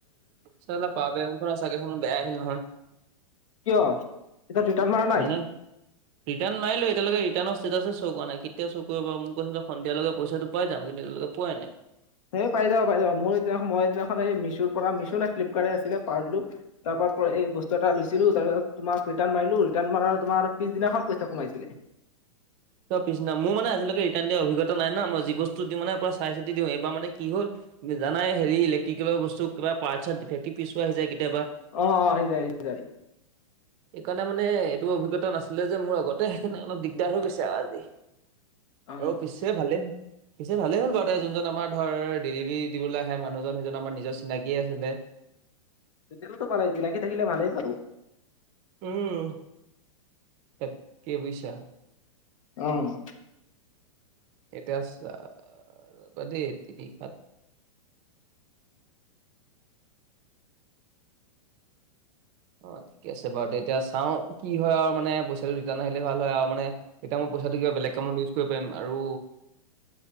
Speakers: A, on the right; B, on the left.
A: চালা পাবেখন চাইকেলখনো বেয়া আহিল নহয়।
B: কিয় এতিয়া ৰিটাৰ্ণ মাৰা নাই।
A: মানে ৰিটাৰ্ণ মাৰিলো এতিয়ালৈকে ৰিটাৰ্ণ ষ্টেটাছে কৰা নাই কেতিয়া চ কৰিব মোক ক সেই সন্ধিয়ালৈকে পইচাটো পাই যাম কিন্তু এতিয়ালৈকে পোৱাই নাই।
B: সে পাই যাব পাই যাব মোৰ এতিয়া সময়ত সেইদিনাখন মই এই মিছুৰ পৰা মিছো নে ফ্লিপকাৰ্টে আছিলে পাহৰিলো তাৰ পৰা এই বস্তু এটা লৈছিলো তাৰপিছত তোমাৰ ৰিটাৰ্ণ মাৰিলো ৰিটাৰ্ণ মাৰাৰ তোমাৰ পিছদিনাখন পইচা সোমাইছিলে।
A: ত পিছদিনা মোৰ মানে আজিলৈকে ৰিটাৰ্ণ দিয়া অভিজ্ঞতা নাই মই যি বস্তু দিওঁ মানে পোৰা চাই চিতি দিওঁ এইবাৰ মানে কি হ'ল তুমি জানাই হেৰি ইলেক্টিকেলৰ বস্তু কিবা পাৰ্ট চাৰ্ট ডিটেক্টিভ পিছো আহি যায় কেতিয়াবা
B: অ অ আহি যায় আহি যায়।
A: এইকাৰণে মানে এইটো অভিজ্ঞত নাছিলে যে মোৰ আগতে সেইকাৰণে অলপ দিগদাৰ হৈ গৈ ছে আজি
B: অ
A: আৰু পিছে ভালেই পিছে ভালেই হ'ল বাৰু দে যোনজন আমাৰ ধৰ ডেলিভাৰী দিবলৈ আহে মানুহজন সেইজন আমাৰ নিজৰ চিনাকিয়ে আছিলে।
B: তেতিয়া হলেতো ভালেই চিনাকি থাকিলে ভালেই বাৰু।
A: উম তাকে বুইছা।
B: অহ।
A: এতিয়া চাবা দেই তিনি সাত অ ঠিকে আছে বাৰু তে এতিয়া চাও কি হয় আৰু মানে পইচাটো ৰিটাৰ্ণ আহিলে ভাল হয় আৰু মানে এতিয়া মই পইচাটো কিবা বেলেগ কামত ইউজ কৰিব পাৰিম আৰু